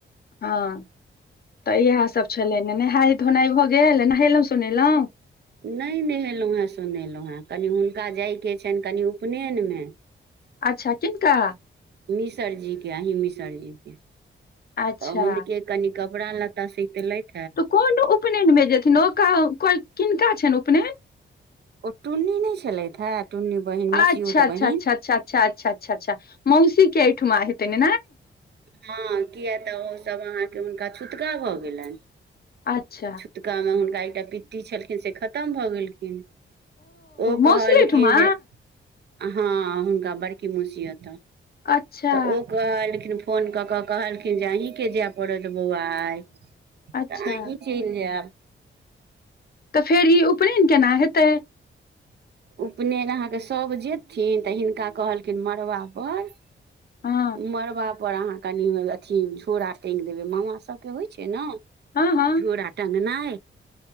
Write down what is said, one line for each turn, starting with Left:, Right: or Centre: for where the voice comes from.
Left: हँ। तऽ इएह सब छले है नेहाय धोनाई भऽ गेल नहेलहुं सुोनेलहुँ
Right: नहि नहेलहुँ है सुनेलहुँ है कनि हुनका जायके छैन कनि उपनयनमे
Left: अच्छा किनकन कऽ
Right: मिसरजी के अहि मिसरजी के
Left: अच्छा
Right: तऽ हुनके कनी कपड़ा लत्ता सेतलेथ
Left: तऽ कोन उपनयन भे जेथिन ओ किनका छैन उपनयन
Right: ओ टुन्नी नहि छलथि हे टुन्नी बहिन
Left: अच्छा
Right: मसियूत
Left: अच्छा
Right: बहिन।
Left: अच्छा, अच्छा, अच्छा। अच्छा, अच्छा, मौसी की एहिठमा हेत ने
Right: हँ कए तऽ ओसभ अहाँकेँ हुनका छूटका भऽ गेलनि
Left: अच्छा।
Right: ओतका हुनका एकटा पित्ती छलखिन से खतम भऽ गेलखिन ओ कहलखिन
Left: मौसी एहिठमा
Right: जे। हँ हुनका बड़की मुसी हत ह
Left: अच्छा
Right: तऽ ओ कहलेकिन फोन कऽ के कहलखिन जे अहीके जाय पड़त बौआ आ
Left: अच्छा
Right: तऽ अही चलि जायब।
Left: तऽ फेर ई उपनयन केना हेतै।
Right: उपनयन अहाँकेँ सभ जेयथिन तऽ हिनका कहलखिन मड़बापर
Left: हँ
Right: मड़बापर अहाँ कनि अथी झोरा टाँगि देबै मामा सभके होइ छै ने
Left: हँ हँ
Right: झोराटंगनाय